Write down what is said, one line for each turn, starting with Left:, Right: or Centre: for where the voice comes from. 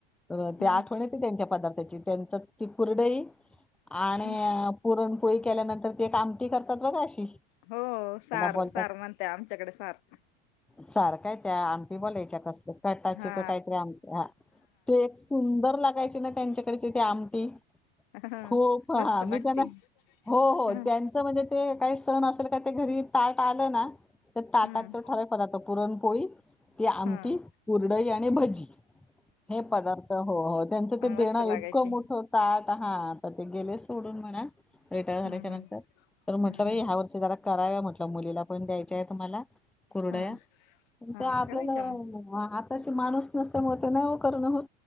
Centre: तर
Left: हम्म
Centre: ते आठवणीत ते त्यांच्या पदार्थाची त्यांच ती करडई आणि
Left: हम्म.
Centre: पुरणपोळी केल्यानंतर ते आमटी करतात बघ अशी
Left: हो सार
Centre: बोलतात.
Left: सार म्हणते आमच्याकडे सार
Centre: सार काय त्या आमटी बोलायच्या कसल कटाची
Left: हा
Centre: काहीतरी आमटी हा ते एक सुंदर लागायचे ना त्यांच्याकडचे ते आम टी
Left: हा
Centre: खूप हा
Left: मस्त लागते
Centre: मी त्यांना हो हो
Left: हम्
Centre: त्यांचं म्हणजे ते काही सण असेल का ते घरी ताट आलं ना त्या ताटात
Left: हम्म
Centre: तो ठवा तर पुरणपोळी ती आमची
Left: हम्
Centre: कुरडई आणि भजी हे पदार्थ हो हो त्यांचं ते देणं
Left: मस्त लागायची
Centre: इतकं मोठं हो ताट हा तर ते गेले सोडून म्हणा रिटायर
Left: हम्म
Centre: झाल्याच्या
Left: हम्म
Centre: नंतर तर म्हटलं
Left: हम्म
Centre: बा
Left: हम्म
Centre: ह्या वर्षी जरा कराव्या मुलीला पण आहेत मला कुरडाया
Left: हम्म
Centre: पण
Left: हा
Centre: त्या आपल्याला
Left: करायच्या मग
Centre: हाताशी माणूस नसते मुळे ते नव करण होत.